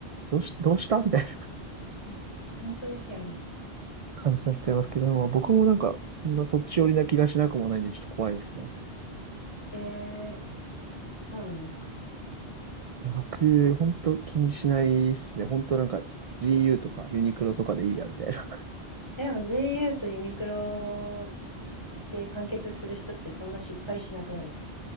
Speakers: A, on the right; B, on the left.
A: どうし、どうしたみたいな
B: え、本当ですよね。
A: 感じの人いますけど、まあ僕もなんか、そんなそっち寄りな気がしなくもないんで、ちょっと怖いですね。
B: えー、そうなんですか。
A: いや僕、ほんと気にしないっすね。ほんとなんか、GU とかユニクロとかでいいや、みたいな。<laughs>
B: え、でも GU とユニクロで完結する人ってそんな失敗しなくないですか